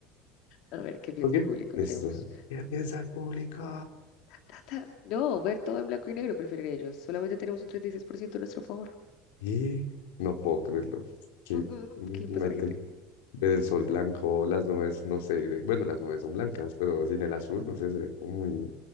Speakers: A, on the left; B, on the left.
A: A ver qué piensa
B: Ok,
A: el público,
B: listo.
A: veremos.
B: ¿Qué piensa el público?
A: Ta, ta, ta. No, ver todo en blanco y negro, prefieren ellos. Solamente tenemos un 36% a nuestro favor.
B: Y no puedo creerlo, que
A: Mm, mm,
B: imagínate
A: mm, ¿Qué le pasa a la gente?
B: ver el sol blanco, las nubes, no sé, de- bueno, las nubes son blancas, pero sin el azul, no sé, sería como muy,